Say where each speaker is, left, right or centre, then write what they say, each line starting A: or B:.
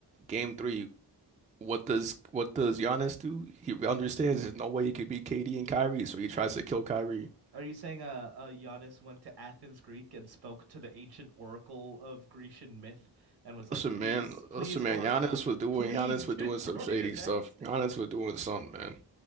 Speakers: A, on the right; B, on the right.
A: Game three, what does what does Giannis do? He understands there's no way he could beat KD and Kyrie, so he tries to kill Kyrie.
B: Are you saying uh, uh Giannis went to Athens, Greek, and spoke to the ancient oracle of Grecian myth and was like,
A: Listen,
B: "Please,
A: man,
B: please,
A: listen,
B: oracle,
A: man, Giannis was doing
B: please
A: Giannis
B: <laughs> destroy
A: was doing some shady
B: the Nets."
A: stuff. Giannis was doing something, man.